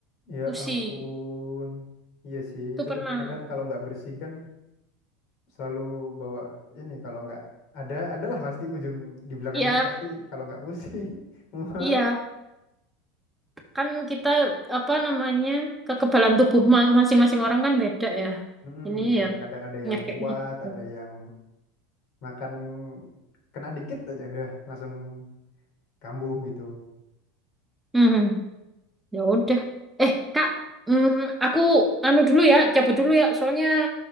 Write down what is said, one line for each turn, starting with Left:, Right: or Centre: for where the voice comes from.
Left: Ya
Centre: pusing.
Left: ampun. Iya sih,
Centre: Itu
Left: itu
Centre: pernah.
Left: kadang-kadang kalau nggak bersih kan selalu bawa ini kalau nggak ada adalah pasti ujung di belakangnya
Centre: Iya,
Left: pasti kalau nggak pusing <laughs> mual.
Centre: iya. kan kita apa namanya kekebalan tubuh ma- masing-masing orang kan beda ya
Left: Mm-mm.
Centre: ini ya
Left: Kadang ada
Centre: penyakitnya
Left: yang kuat,
Centre: gitu.
Left: ada yang makan kena dikit aja udah langsung kambuh gitu.
Centre: Mhm, ya udah eh kak mm, aku anu dulu ya cabut dulu ya soalnya